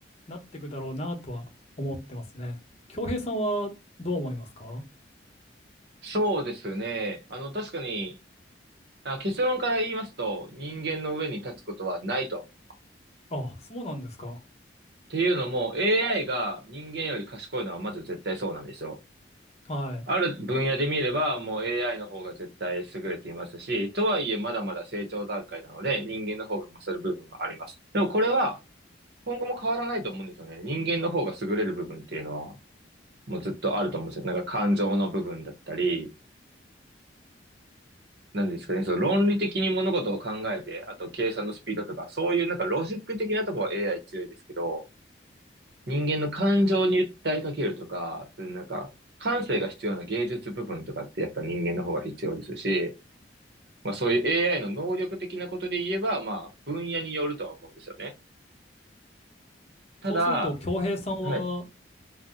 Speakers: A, on the left; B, on the right.
A: なっていくだろうなとは思ってますね。恭平さんはどう思いますか
B: そうですね。あの、確かに、あ、結論から言いますと、人間の上に立つことはないとは思う
A: あ、そうなんですか。
B: っていうのも AI が人間より賢いのはまず絶対そうなんですよ。
A: はい。
B: ある分野で見ればもう AI の方が絶対優れていますし、とはいえまだまだ成長段階なので人間の方が勝る部分はあります。でもこれは今後も変わらないと思うんですよね。人間の方が優れる部分っていうのはもうずっとあると思うんですよ。なんか感情の部分だったり、なんですかね、その論理的に物事を考えて、あと計算のスピードとか、そういうなんかロジック的なところは AI 強いですけど、人間の感情に訴えかけるとか、そういうなんか、感性が必要な芸術部分とかってやっぱ人間の方が必要ですし、まあそういう AI の能力的なことで言えば、まあ分野によるとは思うんですよね。ただ、
A: そうすると、恭平さんは
B: はい、